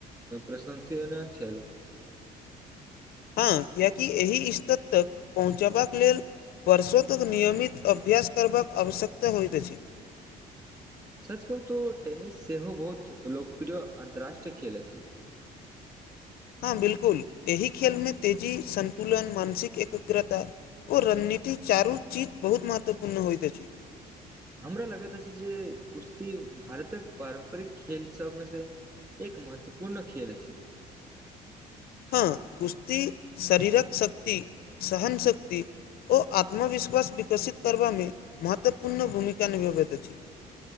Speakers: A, on the right; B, on the left.
A: प्रशंसय नहि छै
B: हँ कियाकि एहि स्तर तक पहुँचबाक लेल वर्षों तक नियमित अभ्यास करबाक आवश्यकता होइत अछि
A: सच कहू तऽ टेनिस सेहो बहुत लोकप्रिय अन्तरराष्ट्रीय खेल अछि
B: हँ बिलकुल एहि खेल में तेजी सन्तुलन मानसिक एकग्रता ओ रणनीति चारू चीज बहुत महत्वपूर्ण होइत अछि
A: हमरा लगैत अछि अछि जे कुश्ती भारतक पारम्परिक खेल सब में से एक महत्वपूर्ण खेल छै
B: हँ कुश्ती शरीरक शक्ति सहन शक्त ओ आत्मविश्वास विकसित करबामें महत्वपूर्ण भूमिका निभाबैत अछि